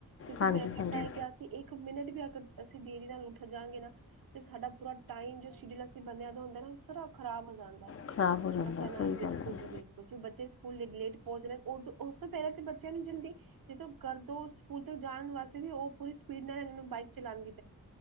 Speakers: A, on the right (about 65°); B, on the left (about 40°).
A: ਕਿਉਂਕਿ
B: ਹਾਂਜੀ
A: ਮੈਂ
B: ਹਾਂਜੀ
A: ਪਤਾ ਹੈ, ਕਿ ਅਸੀਂ ਇੱਕ ਇੱਕ ਮਿੰਟ ਵੀ ਅਗਰ ਅਸੀਂ ਦੇਰੀ ਨਾਲ ਉੱਠ ਜਾਾਂਗੇ ਨਾ ਤੇ ਸਾਡਾ ਪੂਰਾ ਟਾਈਮ, ਜੋ ਸ਼ਡਲਸੀ ਬੰਦਿਆਂ ਦਾ ਹੁੰਦਾ ਨਾਂ, ਸਾਰਾ ਖਰਾਬ ਹੋ ਜਾਂਦਾ।
B: ਖ਼ਰਾਬ ਹੋ ਜਾਂਦਾ
A: ਬੱਚਿਆਂ ਨਾਲ
B: ਸਹੀ
A: ਬਿਲਕੁਲ
B: ਗੱਲ ਹੈ
A: ਜੀ ਬਿਲਕੁਲ ਕਿਉਕਿ ਬੱਚੇ ਸਕੂਲ ਲੇਟ ਪਹੁੰਚ ਨਾ, ਉਸ ਤੋਂ ਪਹਿਲਾਂ ਬੱਚਿਆਂ ਨੂੰ ਜਲਦੀ ਜਦੋਂ ਕਰਦੋ ਸਕੂਲ ਤੋਂ ਜਾਣ ਵਾਸਤੇ ਵੀ, ਉਹ ਪੂਰੀ ਫਿਰ ਨਾ ਇਹਨਾਂ ਨੂੰ, ਬਾਈਕ ਚਲਾਣੀ